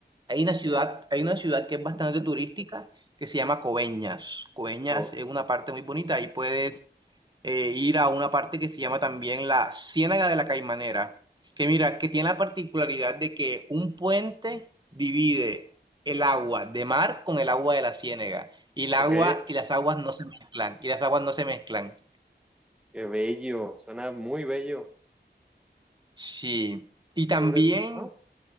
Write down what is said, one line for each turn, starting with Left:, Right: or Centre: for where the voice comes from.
Right: Hay una
Centre: ok,
Right: ciudad, hay una ciudad que es bastante turística que se llama Coveñas. Coveñas
Centre: co-
Right: es una parte muy bonita. Ahí puedes eh, ir a una parte que se llama también la Ciénaga de la Caimanera. Que mira, que tiene la particularidad de que un puente divide el agua de mar con el agua de la ciénaga. Y el
Centre: ok,
Right: agua y las aguas no se mezclan. Y las aguas no se mezclan.
Centre: qué bello, suena muy bello.
Right: Sí. Y
Centre: Sobre,
Right: también,
Centre: ajá,